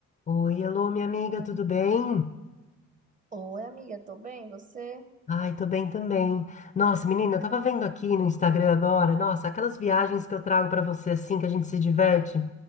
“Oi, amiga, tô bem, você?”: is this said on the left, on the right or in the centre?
Right